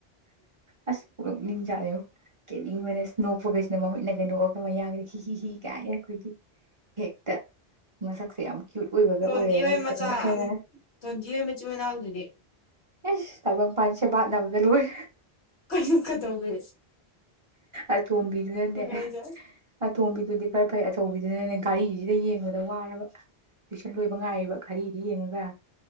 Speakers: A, on the right; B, on the left.
A: ꯑꯁ ꯅꯣꯛꯅꯤꯡꯖꯥꯠꯅꯤꯉꯣ ꯀꯦꯅꯤꯡꯕꯅ ꯅꯣꯛꯄꯈꯩꯁꯤꯅ ꯃꯃꯤꯠꯅꯒꯩ ꯅꯣꯛꯑꯒ ꯃꯌꯥꯒꯗ ꯍꯤ ꯍꯤ ꯀꯥꯏꯅ ꯑꯩꯈꯣꯏꯒꯤ ꯍꯦꯛꯇ ꯃꯁꯛꯁꯦ ꯌꯥꯝ ꯀ꯭ꯌꯨꯠ ꯑꯣꯏꯕꯒ
B: ꯗꯣꯟꯗꯤ
A: ꯑꯣꯏꯔꯒ
B: ꯑꯣꯏ
A: ꯍꯦꯛꯇ
B: ꯃꯆꯥ
A: ꯅꯣꯛꯅꯗꯅ
B: ꯗꯣꯟꯗꯤꯒꯤ ꯃꯆꯤꯟ ꯃꯅꯥꯎꯗꯨꯗꯤ
A: ꯑꯦꯁ ꯇꯥꯏꯕꯪ ꯄꯁꯦ ꯅ ꯒꯦꯜ ꯑꯣꯏꯦ
B: ꯀꯩꯅ ꯀꯗꯧꯋꯦ
A: ꯑ ꯇꯣꯝꯕꯤꯗꯨꯅꯅꯦ
B: ꯍꯥꯏꯁꯦ
A: ꯑ ꯇꯣꯝꯕꯤꯗꯨꯗꯤ ꯈꯔ ꯐꯩ ꯑꯆꯧꯕꯤꯗꯨꯅꯅꯦ ꯘꯔꯤꯒꯤꯁꯤꯗ ꯌꯦꯡꯕꯗ ꯋꯥꯔꯕ ꯇꯨꯏꯁꯟ ꯂꯣꯏꯕ ꯉꯥꯏꯌꯦꯕ ꯈꯔꯤ ꯌꯦꯡꯉꯒ